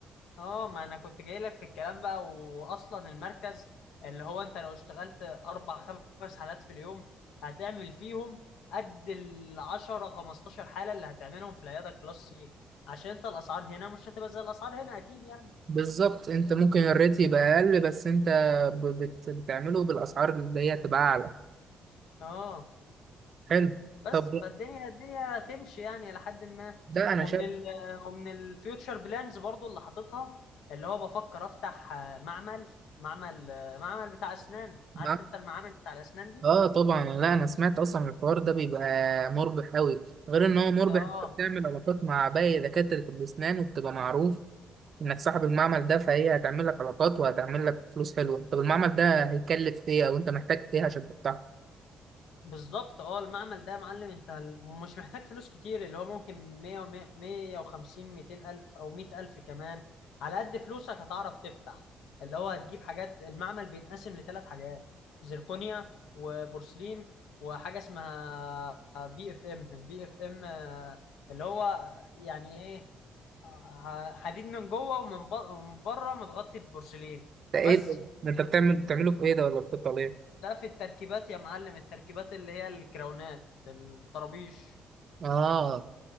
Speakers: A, on the left; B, on the right.
A: اه ما انا كنت جاي لك في الكلام بقى واصلا المركز اللي هو انت لو اشتغلت اربع <laughs> خمس حالات في اليوم هتعمل فيهم قد ال 10 15 حاله اللي هتعملهم في العياده كلاس سي عشان انت الاسعار هنا مش هتبقى زي الاسعار هنا اكيد يعني
B: بالظبط انت ممكن الريت يبقى اقل بس انت ب- بت- بتعمله بالاسعار اللي هي تبقى اعلى
A: اه
B: حلو
A: بس
B: طب ده
A: فالدنيا الدنيا تمشي يعني لحد ما
B: ده انا
A: ومن
B: شايف
A: ال ومن الفيوتشر بلانز برضو اللي حاططها اللي هو بفكر افتح آه، معمل معمل آه، معمل بتاع اسنان
B: معاك.
A: عارف انت المعامل بتاع الاسنان دي
B: اه طبعا لا انا سمعت اصلا الحوار ده بيبقى مربح قوي غير ان هو مربح
A: اه
B: انت بتعمل علاقات مع باقي دكاترة الاسنان وبتبقى معروف انك صاحب المعمل ده فهي هتعمل لك علاقات وهتعمل لك فلوس حلوة طب المعمل ده هيكلف ايه او انت محتاج ايه عشان تفتحه
A: بالظبط اه المعمل ده يا معلم انت ال- مش محتاج فلوس كتير اللي هو ممكن 100 150 200 الف او 100 الف كمان على قد فلوسك هتعرف تفتح اللي هو هتجيب حاجات المعمل بينقسم لثلاث حاجات زركونيا وبورسلين وحاجه اسمها بي اف ام البي اف ام آه، اللي هو يعني ايه آه، حديد من جوه ومن ب- ومن بره متغطي ببورسلين
B: ده ايه
A: بس
B: ده انت بتعمل بتعمله في ايه ده ولا بتحطه على ايه
A: ده في التركيبات يا معلم التركيبات اللي هي الكراونات الطرابيش
B: اه